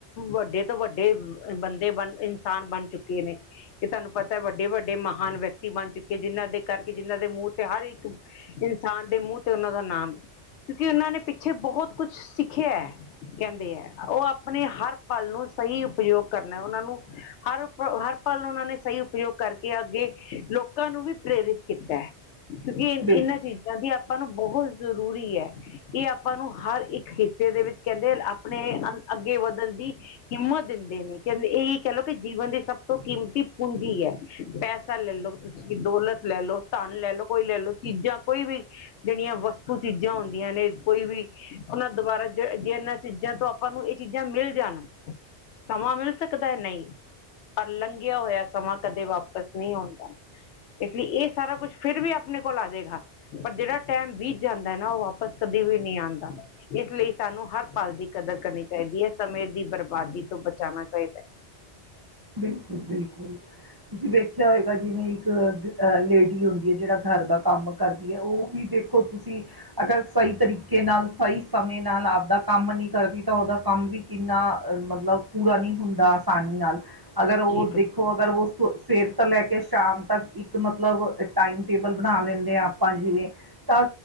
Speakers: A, on the left; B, on the right.
A: ਵੱਡੇ ਤੋਂ ਵੱਡੇ ਬੰਦੇ ਦੇ ਬਣ ਇਨਸਾਨ ਬਣ ਚੁੱਕੇ ਨੇ ਕਿ ਤੁਹਾਨੂੰ ਪਤਾ ਵੱਡੇ-ਵੱਡੇ ਮਹਾਨ ਵਿਅਕਤੀ ਬਣ ਚੁੱਕੇ ਜਿਹਨਾਂ ਦੇ ਕਰਕੇ ਜਿਹਨਾਂ ਦੇ ਮੂੰਹ ਤੇ ਹਰ ਇੱਕ ਇਨਸਾਨ ਦੇ ਮੂੰਹ ਤੇ ਉਹਨਾਂ ਦਾ ਨਾਮ, ਕਿਉਂਕਿ ਉਹਨਾਂ ਨੇ ਪਿੱਛੇ ਬਹੁਤ ਕੁਛ ਸਿੱਖਿਆ। ਕਹਿੰਦੇ ਐ, ਉਹ ਆਪਣੇ ਹਰ ਪਲ ਨੂੰ ਸਹੀ ਉਪਯੋਗ ਕਰਨਾ ਉਹਨਾਂ ਨੂੰ ਹਰ, ਹਰ ਪਲ ਉਹਨਾਂ ਨੇ ਸਹੀ ਉਪਯੋਗ ਕਰਕੇ ਅੱਗੇ ਲੋਕਾਂ ਨੂੰ ਵੀ ਪ੍ਰੇਰਿਤ ਕੀਤਾ ਐ, ਕਿਉਂਕਿ ਇਹ ਇਹਨਾਂ
B: ਬਿਲਕੁਲ
A: ਚੀ ਜਾਂ ਦੀ ਆਪਾਂ ਨੂੰ ਬਹੁਤ ਜ਼ਰੂਰੀ ਐ ਇਹ ਆਪਾਂ ਨੂੰ ਹਰ ਇੱਕ ਹਿੱ ਸੇ ਦੇ ਵਿੱਚ ਕਹਿੰਦੇ ਆਪਣੇ ਅੱਗੇ ਵਧਣ ਦੀ ਹਿੰਮਤ ਦਿੰਦੇ ਨੇ ਕਹਿੰਦੇ ਇਹ ਕਹਿ ਲੋ ਕਿ ਜੀਵਨ ਦੀ ਸਭ ਤੋਂ ਕੀਮਤੀ ਪੂੰਜੀ ਐ। ਪੈਸੇ ਲੈ ਲਓ, ਤੁਸੀਂ ਦੌਲਤ ਲੈ ਲਓ, ਧੰਨ ਲੈ ਲਓ, ਕੋਈ ਲੈ ਲਓ, ਚੀਜ਼ਾਂ ਕੋਈ ਵੀ ਜਿਹੜੀਆਂ ਵਸਤੂ ਚੀਜ਼ਾਂ ਹੁੰਦੀਆਂ ਨੇ ਕੋਈ ਵੀ। ਉਹਨਾਂ ਦੁਬਾਰਾ ਜ ਜੇ ਇਹਨਾਂ ਚੀਜ਼ਾਂ ਤੋਂ ਆਪਾਂ ਨੂੰ ਇਹ ਚੀਜ਼ਾਂ ਮਿਲ ਜਾਣ ਸਮਾਂ ਮਿਲ ਸਕਦਾ ਏ ਨਹੀਂ, ਪਰ ਲੰਘਿਆ ਹੋਇਆ ਸਮਾਂ ਕਦੇ ਵਾਪਸ ਨਹੀਂ ਆਉਂਦਾ। ਇਸ ਲਈ ਇਹ ਸਾਰਾ ਕੁਛ ਫਿਰ ਵੀ ਆਪਣੇ ਕੋਲ ਆ ਜਾਏਗਾ। ਪਰ ਜਿਹੜਾ ਟੈਮ ਬੀਤ ਜਾਂਦਾ ਏ ਨਾ ਉਹ ਵਾਪਸ ਕਦੇ ਵੀ ਨੀ ਆਂਦਾ। ਇਸ ਲਈ ਸਾਨੂੰ ਹਰ ਪਲ ਦੀ ਕਦਰ ਕਰਨੀ ਚਾਹੀਦੀ ਏ ਸਮੇਂ ਦੀ ਬਰਬਾਦੀ ਤੋਂ ਬਚਾਨਾ ਚਾਹੀਦਾ।
B: ਬਿਲਕੁਲ ਤੁਸੀਂ ਵੇਖਿਆ ਹੋਏਗਾ ਜਿਵੇਂ ਇੱਕ ਲੇਡੀ ਹੁੰਦੀ ਹੈ ਜਿਹੜਾ ਘਰ ਦਾ ਕੰਮ ਕਰਦੀ ਹੈ ਉਹ ਵੀ ਦੇਖੋ ਤੁਸੀਂ ਅਗਰ ਸਹੀ ਤਰੀਕੇ ਨਾਲ ਸਹੀ ਸਮੇਂ ਨਾਲ ਆਪਦਾ ਕੰਮ ਨਹੀ ਕਰਦੀ ਤਾਂ ਉਹਦਾ ਕੰਮ ਵੀ ਕਿੰਨਾ ਅ ਮਤਲਬ ਪੂਰਾ ਨਹੀਂ ਹੁੰਦਾ ਆਸਾਨੀ ਨਾਲ। ਅਗਰ ਉਹ
A: ਜੀ ਬਿਲਕੁਲ
B: ਦੇਖੋ ਅਗਰ ਉਹ ਸਵੇਰ ਤੋਂ ਲੈ ਕੇ ਸ਼ਾਮ ਤੱਕ ਇੱਕ ਮਤਲਬ ਟਾਈਮ ਟੇਬਲ ਬਣਾ ਲੈਂਨੇ ਆ ਆਪਾਂ ਜਿਵੇਂ ਤਾਂ